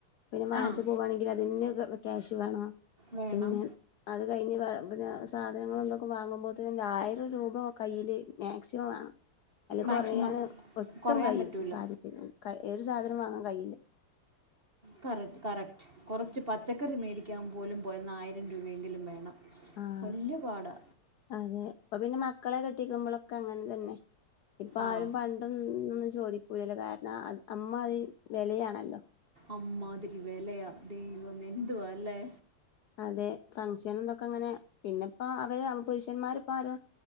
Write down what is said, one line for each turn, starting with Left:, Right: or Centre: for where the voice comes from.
Left: പിന്നെ മാനത്തി
Right: ആഹ്
Left: പോവാണെങ്കിൽ അതിന് ക്യാഷ് വേണോ
Right: വേണം
Left: പിന്നെ അത് കഴിഞ്ഞ് പിന്നെ സാധനങ്ങൾ എന്തൊക്കെ വാങ്ങുമ്പോത്തേന് ആയിരം രൂപ കയ്യില് മാക്സിമം വാണം. അയ്ല്
Right: മാക്സിമം
Left: കൊറയാന് ഒട്ടും
Right: കുറയാൻ
Left: കയ്യു
Right: പറ്റൂല്ല
Left: സാധിക്കില്ല. ഒരു സാധനം വാങ്ങാൻ കയ്യില്ല
Right: കറക് കറക്റ്റ് കൊറച്ച് പച്ചക്കറി മേടിക്കാൻ പോലും പോയന്ന ആയിരം രൂവയെങ്കിലും വേണം.
Left: ആഹ്
Right: വല്യ പാടാ
Left: അതെ ഇപ്പ പിന്നെ മക്കളെ കെട്ടിക്കുമ്പളൊക്കെ അങ്ങൻതന്നെ ഇപ്പാരും
Right: ആഹ്
Left: പണ്ടം ഒന്നും ചോദിക്കൂലല്ലോ കാരണം അയ് അമ്മാതിരി വെലയാണല്ല
Right: അമ്മാതിരി വെലയാ ദൈവമേ എന്തുവാല്ലേ
Left: <unintelligible> ഫങ്ഷനും തൊക്കെങ്ങനെ പിന്നെപ്പ അവര് പുരുഷന്മാര്പ്പൊ ആരും